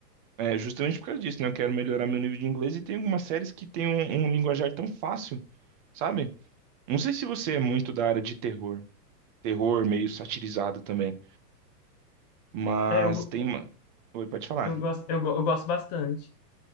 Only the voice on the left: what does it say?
É, eu,
eu gosto, eu, go- eu gosto bastante.